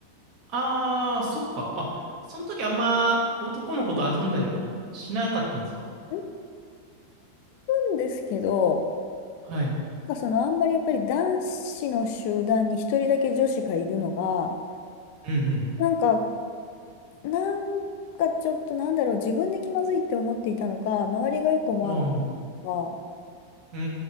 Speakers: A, on the right (about 40°); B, on the left (about 45°).
A: あー、そっか。あ、その時あんま男の子と遊んだりはしなかったんですか
B: 遊ぶんですけど、
A: はい。
B: なんかそのあんまりやっぱり男子の集団に一人だけ女子がいるのが、
A: うん
B: なんか、なんかちょっとなんだろう、自分で気まずいって思っていたのか、周りがよく思わなかったのか、
A: うん。あーうん。う